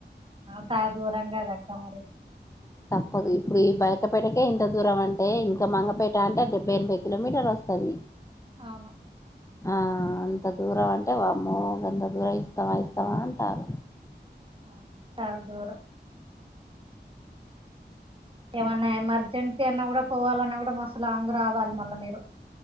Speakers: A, on the right; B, on the left.
A: చాల దూరం గదక్క మరి
B: కాదు ఇప్పుడు ఈ బయట పేటకే ఇంత దూరం అంటే ఇంకా మంగపేట అంటే డెబ్బై ఎనభై కిలోమీటర్ వస్తది
A: అవును
B: ఆ అంత దూరం అంటే వామ్మో ఇంత దూరం ఇస్తామ ఇస్తామా అంటారు
A: అవును చాలా దూరం ఏమన్నా ఎమర్జెన్సీ అన్నా కూడ పోవాలన్నా కూడ మస్ లాంగ్ రావాలి మళ్ళా మీరు